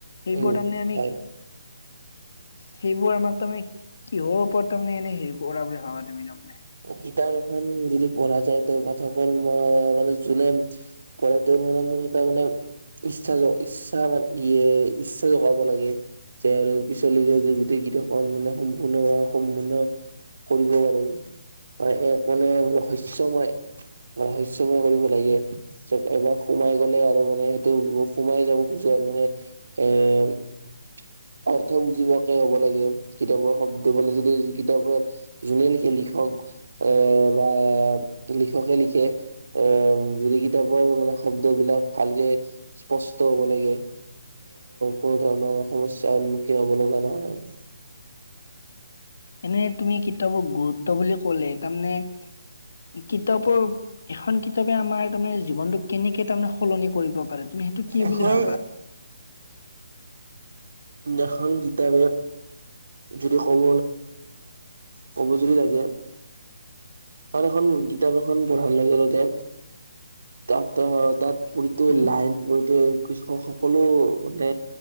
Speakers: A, on the left (about 50°); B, on the right (about 80°).
A: সেইবোৰ
B: উম,
A: তাৰমানে আমি
B: হয়।
A: <inaudible> সেইবোৰ আমাক তাৰমানে কিহৰ ওপৰত তাৰমানে এনে হেৰি কৰা বুলি ভাবা তুমি তাৰমানে <inaudible>
B: কিতাপ এখন যদি পঢ়া যায় তেওঁ পাঠকৰ মানে যোনে পঢ় তেওঁৰ মনত মানে এটা মানে ইচ্ছা ইচ্ছা ইচ্ছা জগাব লাগে যে আৰু পিছলৈ য যে গোটেই কিতাপখন মান সম্পূৰ্ণ সম্পূৰ্ণ কৰিব পাৰো। <inaudible> এক মানে ৰহস্যয়ময় ৰহস্যময় কৰিব লাগে এবাৰ সোমাই গলে আৰু মানে সেইটো সোমাই যাব খোজো আৰু মানে এ অৰ্থ বুজিবকে হ'ব লাগে কিতাপৰ শব্দ মানে যদি কিতাপৰ যোনে লিখে লিখক এ বা লিখকে লিখে এ যদি কিতাপৰ মানে শব্দবলাক ভালকে স্পষ্ট হব লাগে কোনো ধৰণৰ সমস্যাৰ সন্মুখীন হ'ব লগা নহয়। <inaudible>
A: এনে তুমি কিতাপৰ গুৰুত্ব বুলি ক'লে তাৰমানে কিতাপৰ এখন কিতাপে আমাৰ তাৰমানে জীৱনটো কেনেকে তাৰমানে সলনি কৰিব পাৰে। <inaudible> তুমি সেইটো কি
B: এখন
A: বুলি ভাবা। <inaudible>
B: এখন কিতাপে যদি কব ক'ব যদি লাগে ত এখন কিতাপ এখন পঢ়াৰ লগে লগে তাত অহ তাত কোনটো
A: উম
B: লাইন কৃষক সকলো মানে